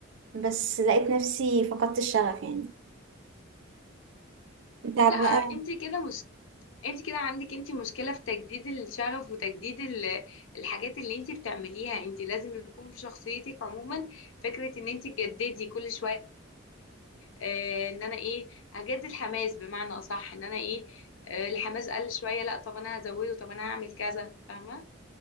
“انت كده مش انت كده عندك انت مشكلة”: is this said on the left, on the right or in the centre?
Left